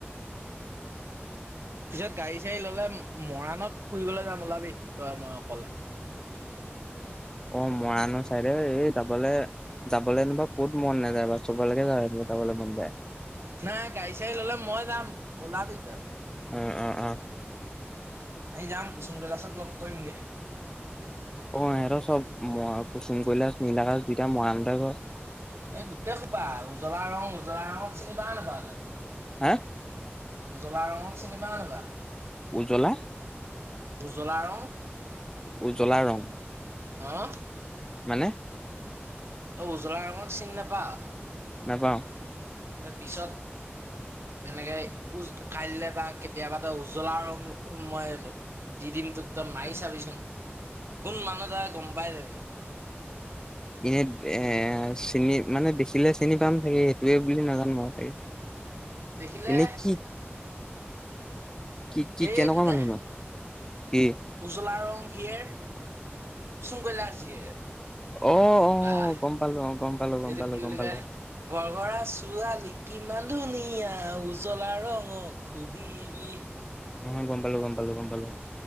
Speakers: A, on the right; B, on the left.
A: পিছত গাড়ী চাড়ী ল'লে মৰাণত ফুৰিবলৈ যাম ওলাবি, তই মই অকলে।
B: অ' মৰাণৰ চাইদে, এই যাবলে যাবলে নু বাউ ক'ত মন নাযায় বাউ চবলেকে যা যাবলৈ মন যায়।
A: নাই গাড়ী চাড়ী ল'লে মই যাম। ওলাবি তই।
B: উম, অ', অ'
A: আমি যাম, কুসুম কৈলাশক লগ কৰিমগে।
B: অ' এহেত চব ম-কুচুম কৈলাচ নীল আকাচ দুইটা মৱান তাইপ
A: এই গোটেই খোপা উজলা ৰং, উজলা ৰঙক চিনি পাৱ নাপাৱ তই?
B: হা
A: উজলা ৰঙক চিনি পাৱ নাপা?
B: উজলা?
A: উজলা ৰং।
B: উজলা ৰং।
A: আহ।
B: মানে?
A: তই উজ্বলা ৰঙক চিন নাপাৱ?
B: নাপাওঁ।
A: তই পিছত এনেকে উজ, কাইলৈ বা কেতিয়াবা তই উজলা ৰং মই দি দিম তোক তই মাই চাবিচোন। কোন মানুহ তই গম পাই যাবি।
B: এনেই এ চিনি মানে দেখিলে চিনি পাম চাগে এটোৱে বুলি নাজানো মই চাগে
A: দেখিলে
B: এনেই কি কি কি
A: এইটো
B: কেনেকুৱা
A: যে
B: মানুহ নো কি
A: উজলা ৰং। কাম হিয়েৰ, কুসুম কৈলাচ হিয়েৰ।
B: অ অ
A: বাহ
B: গম পালো অ গম পালো গম
A: এইটো
B: পালো
A: কি
B: গম
A: বুলি
B: পালো
A: কয় গৰগৰা ছোৱালি কিমান ধুনীয়া উজলা ৰঙক সুধিবি।
B: উম, গম পালো, গম পালো, গম পালো।